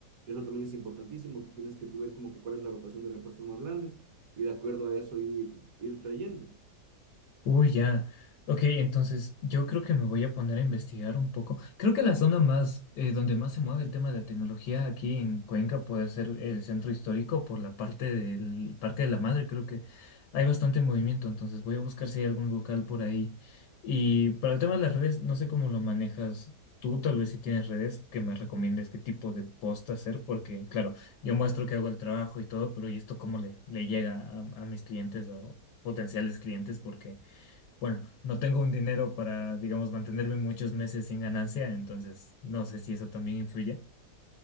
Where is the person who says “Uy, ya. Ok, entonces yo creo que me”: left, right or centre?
Left